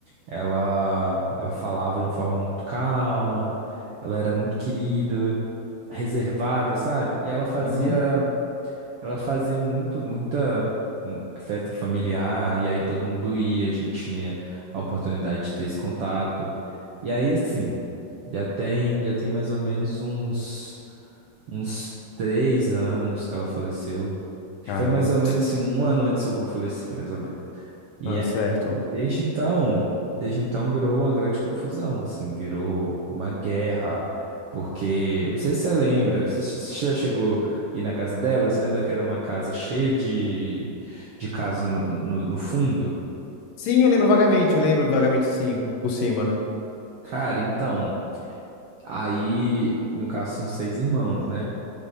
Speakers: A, on the right; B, on the left.
A: Ela, ela falava de uma forma muito calma, ela era muito querida, reservada, sabe? E ela fazia,
B: Uhum.
A: ela fazia muito, muita hum, festa familiar, e aí todo mundo ia, a gente tinha a oportunidade de ter esse contato. E aí, assim, já tem, já tem mais ou menos uns, uns três anos que ela faleceu. Acho
B: Caramba.
A: que foi mais ou menos assim, um ano antes eu vou falecer, mais ou menos. E
B: Ah,
A: aí,
B: certo.
A: desde então, desde então virou uma grande confusão, assim, virou uma guerra, porque, não sei se você lembra, se se- se já chegou a ir na casa dela, você lembra que era uma casa cheia de, de casa no, no no fundo?
B: Sim, eu lembro vagamente, eu lembro vagamente, sim, por cima.
A: Cara, então, aí, no caso são seis irmãos, né?